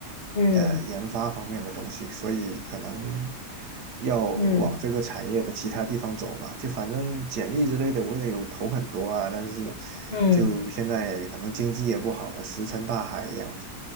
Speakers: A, on the left; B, on the right.
A: 嗯
B: 呃研发方面的东西，所以可能要往这个产业的其他地方走吧。
A: 嗯嗯
B: 就反正简历之类的我也有投很多啊，但是
A: 嗯。
B: 就现在可能经济也不好吧，石沉大海一样。